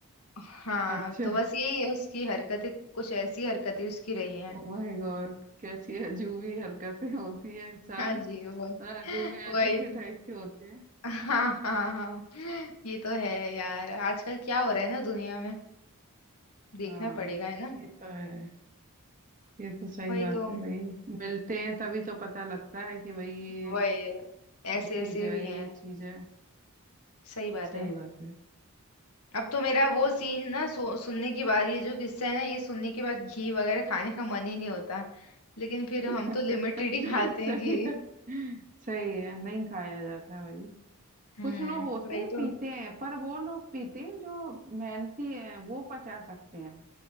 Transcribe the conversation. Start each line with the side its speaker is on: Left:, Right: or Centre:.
Left: हाँ
Right: अच्छा
Left: तो बस यही है उसकी हरकतें कुछ ऐसी हरकतें उसकी रही हैं
Right: ओ माय गॉड कैसी अजूबी हरकतें होती है इंसान
Left: हाँ जी
Right: मतलब
Left: वो
Right: अजूबे अजूबे
Left: वही तो
Right: टाइप के होते हैं
Left: हाँ हाँ हाँ ये तो है यार आजकल क्या हो रहा है ना दुनिया में देखना
Right: हाँ
Left: पड़ेगा है ना
Right: ये तो है ये तो सही
Left: वही
Right: बात
Left: तो
Right: है भाई मिलते हैं तभी तो पता लगता है कि भाई ये
Left: वही ऐसे
Right: ये चीज
Left: ऐसे
Right: है
Left: भी हैं
Right: ये चीज है
Left: सही बात
Right: सही
Left: है
Right: बात है
Left: अब तो मेरा वो सीन ना सु, सुनने के बाद ये जो किस्सा है ना ये सुनने के बाद घी वगैरह खाने का मन ही नहीं होता लेकिन फिर
Right: <laughs>
Left: हम तो लिमिटेड ही खाते हैं
Right: सही
Left: घी
Right: है सही है नहीं खाया जाता भाई
Left: हम्म
Right: कुछ लोग होते
Left: वही
Right: हैं
Left: तो
Right: पीते हैं पर वो लोग पीते हैं जो मेहनती हैं वो पचा सकते हैं